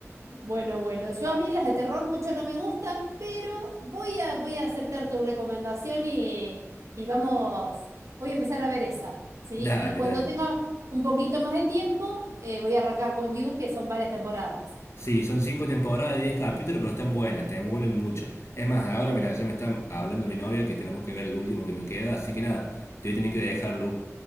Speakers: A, on the right; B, on the left.
A: bueno, bueno. bueno. Yo a mí las de terror mucho no me gustan, pero voy a, voy a aceptar tu recomendación y, y vamos, voy a empezar a ver esa, ¿sí?
B: Dale,
A: Y cuando
B: dale.
A: tenga un poquito más de tiempo, eh, voy a arrancar con You, que son varias temporadas.
B: Sí, son cinco temporadas de 10 capítulos, pero están buenas, te envuelven mucho. Es más, ahora, mira, ya me está hablando mi novia que tenemos que ver el último que me queda, así que nada, te voy a tener que dejarlo.